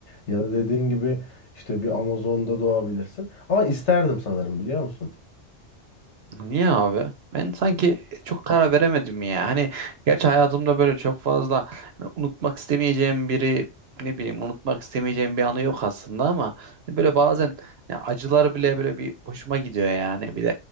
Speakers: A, on the left; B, on the right.
A: Ya da dediğin gibi işte bir Amazon'da doğabilirsin. Ama isterdim sanırım biliyor musun?
B: Niye abi? Ben sanki çok karar veremedim ya. Hani gerçi hayatımda böyle çok fazla hani unutmak istemeyeceğim biri ne bileyim unutmak istemeyeceğim bir anı yok aslında ama hani böyle bazen ya acılar bile böyle bir hoşuma gidiyor yani. Bir de